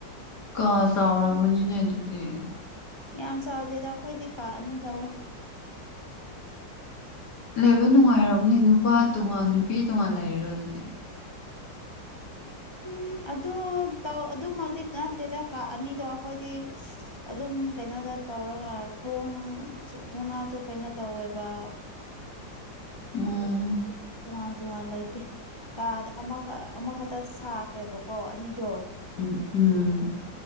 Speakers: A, on the left; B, on the left.
A: ꯀ ꯆꯥꯎꯔꯝꯃꯅꯤꯅꯦ ꯑꯗꯨꯗꯤ
B: ꯌꯥꯝ ꯆꯥꯎꯗꯦꯗ ꯑꯩꯈꯣꯏꯗꯤ ꯀꯛꯑꯅꯤ ꯂꯧꯧꯋꯦ
A: ꯂꯩꯕ ꯅꯨꯡꯉꯥꯏꯝꯅꯦ ꯅꯨꯄꯥ ꯇꯣꯉꯥꯟ ꯅꯨꯄꯤ ꯇꯣꯉꯥꯟ ꯂꯩꯔꯣ ꯑꯗꯨꯗꯤ
B: ꯎ ꯑꯗꯨ ꯇ ꯑꯗꯨꯃꯛꯇꯤ ꯅꯠꯇꯦꯗ ꯀꯥ ꯑꯅꯤꯗꯣ ꯑꯩꯈꯣꯏꯗꯤ ꯑꯗꯨꯝ ꯀꯩꯅꯣ ꯇꯧꯔꯒ ꯊꯣꯡ ꯊꯨꯅꯥꯁꯨ ꯀꯩꯅꯣ ꯇꯧꯋꯦꯕ
A: ꯎꯝ
B: ꯇꯨꯋꯥ ꯇꯨꯋꯥ ꯂꯩ ꯅꯠꯇꯦ ꯀꯥ ꯑꯃꯈꯛ ꯑꯃꯈꯛꯇ ꯁꯥꯈ꯭ꯔꯦꯕꯀꯣ ꯑꯅꯤꯗꯣ
A: ꯎꯝ ꯎꯝ